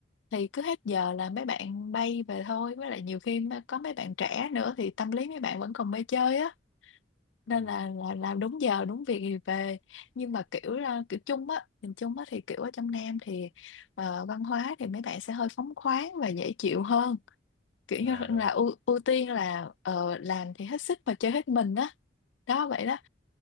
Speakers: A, on the left; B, on the right.
A: thì cứ hết giờ là mấy bạn bay về thôi với lại nhiều khi mà có mấy bạn trẻ nữa thì tâm lý mấy bạn vẫn còn mê chơi á nên
B: ừ
A: là là làm đúng giờ đúng việc thì về nhưng mà kiểu là kiểu chung á nhìn chung á thì kiểu ở trong Nam thì ờ, văn hóa thì mấy bạn sẽ hơi phóng khoáng và dễ chịu hơn kiểu như
B: à, đúng
A: là ưu, ưu tiên là ờ, làm thì hết sức mà chơi hết mình á đó vậy đó